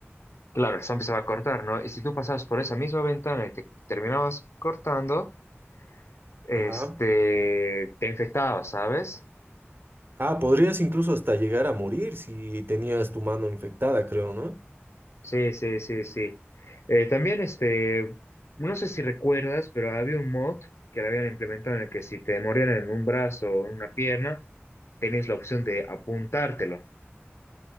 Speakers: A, on the left; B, on the right.
A: Claro, el zombie se va a cortar, ¿no? Y si tú pasabas por esa misma ventana y te terminabas cortando, este,
B: Ajá.
A: te infectabas, ¿sabes?
B: Ah, podrías incluso hasta llegar a morir si tenías tu mano infectada, creo, ¿no?
A: Sí, sí, sí, sí. Eh, también, este, no sé si recuerdas, pero había un mod que lo habían implementado en el que si te morían en un brazo o en una pierna, tenías la opción de apuntártelo.